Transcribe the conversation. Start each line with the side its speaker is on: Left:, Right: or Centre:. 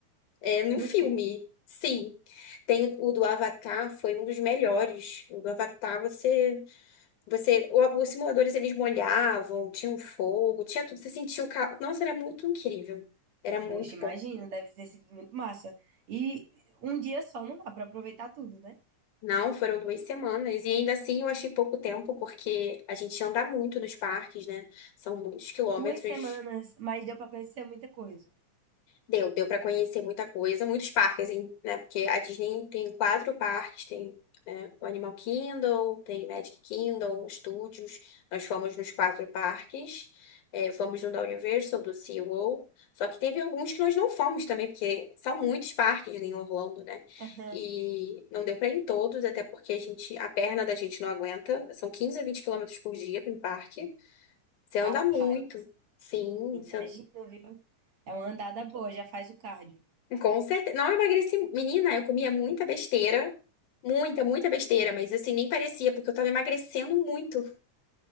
Left: é, num
Right: No
Left: filme.
Right: filme,
Left: Sim. Tem o do Avatar, foi um dos melhores. O do Avatar, você, você, o- os simuladores eles molhavam, tinha um fogo, tinha tudo, você sentia o carro. Nossa, era muito incrível. Era muito
Right: poxa, imagina,
Left: bom.
Right: deve ter sido muito massa. E um dia só não dá para aproveitar tudo, né?
Left: Não, foram duas semanas. E ainda assim eu achei pouco tempo, porque a gente anda muito nos parques, né? São muitos quilômetros.
Right: Duas semanas, mas deu para conhecer muita coisa.
Left: Deu, deu para conhecer muita coisa, muitos parques, hein, né? Porque a Disney tem quatro parques, tem, né, o Animal Kingdom, tem Magic Kingdom, Studios. Nós fomos nos quatro parques, é, fomos no da Universal, do SeaWorld. Só que teve alguns que nós não fomos também, porque são muitos parques em Orlando, né?
Right: <laughs> Aham.
Left: E não deu para ir em todos, até porque a gente, a perna da gente não aguenta. São 15 a 20 quilômetros por dia para um parque. Você
Right: Rapaz,
Left: anda muito. Sim,
Right: imagina,
Left: você-
Right: viu? É uma andada boa, já faz o cardio.
Left: Com certeza. Não eu emagreci. Menina, eu comia muita besteira. Muita, muita besteira, mas assim, nem parecia, porque eu tava emagrecendo muito.